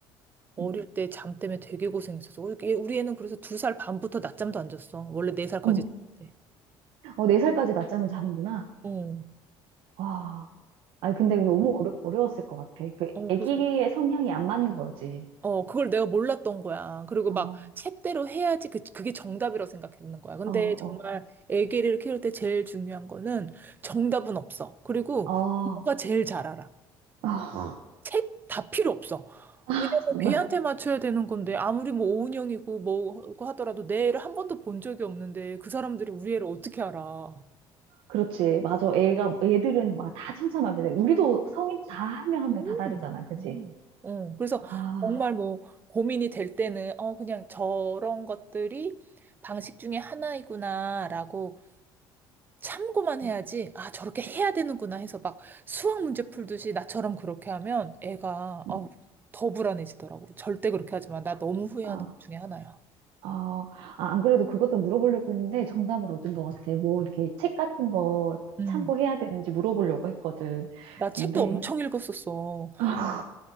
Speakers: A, on the right (about 20°); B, on the right (about 70°).
A: 어릴
B: 음.
A: 때 잠 때문에 되게 고생했었어. 우리 애- 우리 애는 그래서 두 살 반부터 낮잠도 안 잤어. 원래 네 살까지
B: 음.
A: 잤대.
B: 어, 4살까지 낮잠을 자는구나.
A: 응.
B: 와. 아니, 근데 너무 어려, 어려웠을 것 같아. 그,
A: 어,
B: 애기의
A: 그래서,
B: 성향이 안 맞는 거지.
A: 어, 그걸 내가 몰랐던 거야. 그리고
B: 어,
A: 막 책대로 해야지 그, 그게 정답이라고 생각했는 거야. 근데
B: 어, 어.
A: 정말 애기를 키울 때 제일 중요한 거는 정답은 없어. 그리고
B: 아,
A: 부모가 제일 잘 알아.
B: 아,
A: 책 다 필요 없어.
B: <laughs>
A: 왜냐면
B: 정말.
A: 걔한테 맞춰야 되는 건데 아무리 뭐 오은영이고 뭐고 하더라도 내 애를 한 번도 본 적이 없는데 그 사람들이 우리 애를 어떻게 알아?
B: 그렇지. 맞아. 애가, 애들은 막 다 천차만별이야. 우리도 성인 다 한 명 한
A: 음.
B: 명 다 다르잖아. 그지?
A: 음. 어, 그래서
B: 아.
A: 정말 뭐 고민이 될 때는 어, 그냥 저런 것들이 방식 중에 하나이구나라고 참고만 해야지,
B: 음,
A: 아, 저렇게 해야
B: 음,
A: 되는구나 해서 막 수학 문제 풀듯이 나처럼 그렇게 하면 애가
B: 음.
A: 어, 더 불안해지더라고. 절대 그렇게 하지 마. 나 너무 후회하는
B: 아,
A: 것 중에 하나야.
B: 아, 아, 안 그래도 그것도 물어보려고 했는데 정답을 얻은 것 같아. 뭐 이렇게 책 같은 거
A: 음.
B: 참고해야 되는지 물어보려고 했거든.
A: 나 책도
B: 근데
A: 엄청 읽었었어.
B: 아.